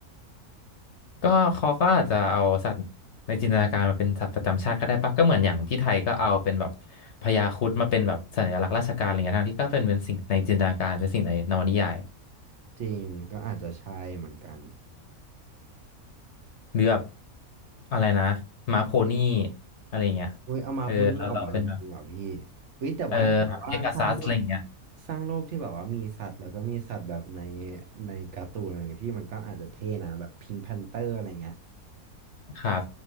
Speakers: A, on the left; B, on the right.
A: ก็เขาก็อาจจะเอาสัตว์ในจินตนาการมาเป็นสัตว์ประจำชาติก็ได้ปะก็เหมือนอย่างที่ไทยก็เอาเป็นแบบพญาครุฑมาเป็นแบบสัญลักษณ์ราชการอะไรเงี้ยทั้งที่ก็เป็นเป็นสิ่งในจินตนาการเป็นสิ่งในนวนิยาย
B: จริงก็อาจจะใช่เหมือนกัน
A: หรือแบบอะไรนะม้าโพนี่อะไรเงี้ย
B: เว้ยเอามาโพสต์นี้ออกมาจริงๆเหรอพี่
A: เออเราเราเป็นแบบ
B: เฮ้ยแต่ว่าถ้าแบบว่าสร้างโลก
A: เออแบบเพกาซัสอะไรเงี้ย
B: สร้างโลกที่แบบว่ามีสัตว์แล้วก็มีสัตว์แบบในในการ์ตูนอะไรเงี้ยพี่มันก็อาจจะเท่นะแบบพิงค์แพนเตอร์อะไรเงี้ย
A: ครับ